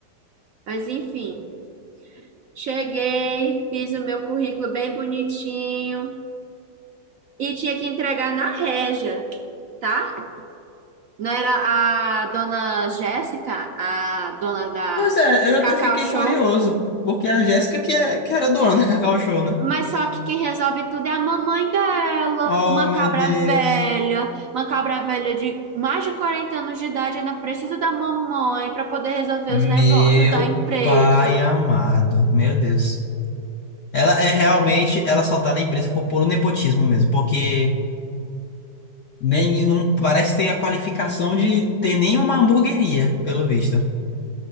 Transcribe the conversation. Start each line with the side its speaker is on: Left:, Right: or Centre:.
Right: Mas enfim, cheguei, fiz o meu currículo bem bonitinho e tinha que entregar na Régia, tá? Não era a dona Jéssica, a dona da
Left: Pois é, eu até
Right: Cacau
Left: fiquei
Right: Show?
Left: curioso, porque a Jéssica que, é, que era dona da Cacau Show, né?
Right: Mas só que quem resolve tudo é a mamãe dela,
Left: Oh,
Right: uma
Left: meu
Right: cabra
Left: Deus.
Right: velha, uma cabra velha de mais de 40 anos de idade, ainda precisa da mamãe para poder resolver
Left: Meu
Right: os negócios da empresa.
Left: pai amado. Meu Deus. Ela é
Right: É,
Left: realmente, ela só tá na empresa por puro nepotismo mesmo, porque nem, não parece ter a qualificação de ter nenhuma hamburgueria, pelo visto.